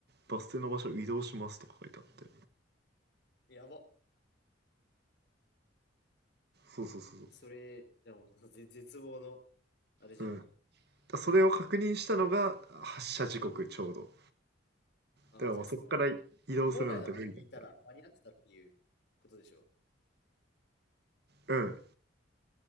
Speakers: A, on the right; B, on the left.
A: バス停の場所を移動しますとか書いてあって
B: やば。
A: そうそうそうそう
B: それ、じゃあもうその絶、<laughs> ぜ絶望の、あれじゃん。
A: うんだそれを確認したのが発車時刻ちょうど
B: ああ、
A: だからもうそこから移動するなんて無理だか
B: じゃあその、ほ本来の場所にいたら間に合ってたっていうことでしょ
A: らうん